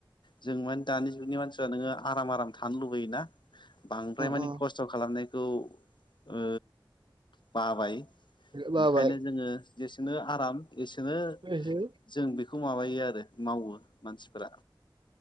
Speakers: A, on the left; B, on the right.
A: जों मानि दानि जुगनि मानसिफ्रा नोङो आराम आराम थानो लुबैयो ना? बांद्राय मानि
B: औ
A: खस्थ' खालामनायखौ ओ बाबाय
B: बाबाय
A: ओंखायनो जोङो जेसेनो आराम एसेनो
B: थांथों
A: जों बेखौ माबायो आरो मावो मानसिफोरा